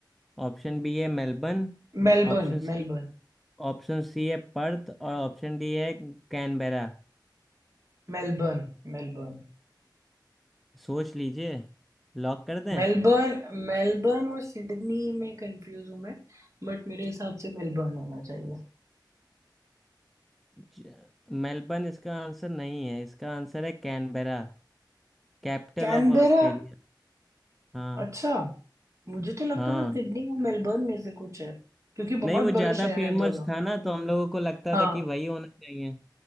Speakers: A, in the centre; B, on the right.
A: ऑप्शन बी है Melbourne
B: Melbourne
A: option
B: Melbourne
A: C option C है पर्थ और ऑप्शन डी है कैनबेरा
B: Melbourne Melbourne
A: सोच लीजिए लॉक कर दें
B: Melbourne Melbourne और सिडनी में कंफ्यूज हूँ मैं बट मेरे हिसाब से मेलबर्न होना चाहिए
A: ज- मेलबर्न इसका आंसर नहीं है इसका आंसर है कैनबेरा कैपिटल
B: कैनबेरा
A: ऑफ ऑस्ट्रेलिया हाँ
B: अच्छा मुझे तो लगता
A: हाँ
B: था सिडनी और मेलबर्न में से कुछ है क्योंकि बहुत
A: नहीं वो ज्यादा
B: बड़े शहर
A: फेमस
B: हैं दोनों
A: था ना तो हम लोगों को लगता
B: हाँ
A: था कि वही होना चाहिए